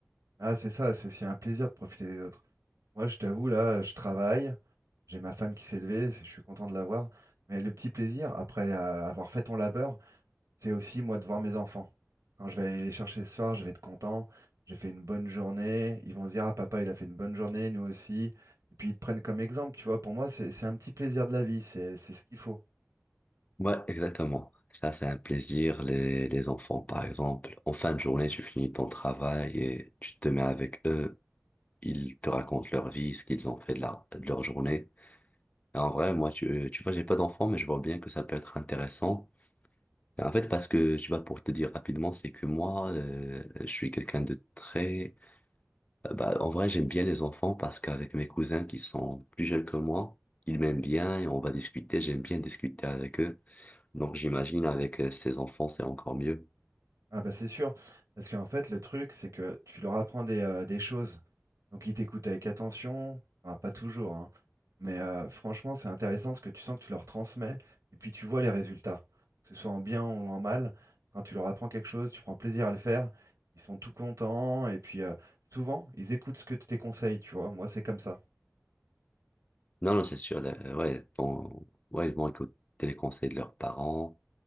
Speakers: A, on the right; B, on the left.
A: Ah, c'est ça, c'est aussi un plaisir de profiter des autres. Moi, je t'avoue, là, je travaille. J'ai ma femme qui s'est levée, je suis content de la voir. Mais le petit plaisir, après euh, avoir fait ton labeur, c'est aussi moi de voir mes enfants. Quand je vais aller les chercher ce soir, je vais être content. J'ai fait une bonne journée. Ils vont se dire, ah papa, il a fait une bonne journée, nous aussi. Et puis ils te prennent comme exemple, tu vois. Pour moi, c'est c'est un petit plaisir de la vie, c'est c'est ce qu'il faut.
B: Ouais, exactement. Ça, c'est un plaisir. Les, les enfants, par exemple, en fin de journée, tu finis ton travail et tu te mets avec eux. Ils te racontent leur vie, ce qu'ils ont fait de, la- de leur journée. Et En vrai, moi, tu, euh, tu vois, j'ai pas d'enfant, mais je vois bien que ça peut être intéressant. et En fait, parce que, tu vois, pour te dire rapidement, c'est que moi, euh, je suis quelqu'un de très... euh, Bah, en vrai, j'aime bien les enfants parce qu'avec mes cousins qui sont plus jeunes que moi, ils m'aiment bien et on va discuter. J'aime bien discuter avec eux. Donc, j'imagine avec euh, ces enfants, c'est encore mieux.
A: Ah bah c'est sûr, parce qu'en fait, le truc, c'est que tu leur apprends des, euh, des choses. Donc ils t'écoutent avec attention, enfin pas toujours, hein. Mais euh, franchement, c'est intéressant parce que tu sens que tu leur transmets et puis tu vois les résultats, que ce soit en bien ou en mal. Quand tu leur apprends quelque chose, tu prends plaisir à le faire, ils sont tout contents et puis euh, souvent ils écoutent ce que tu tes conseils, tu vois. Moi, c'est comme ça.
B: Non, non, c'est sûr. là, euh, ouais, ton- ouais, ils vont écouter les conseils de leurs parents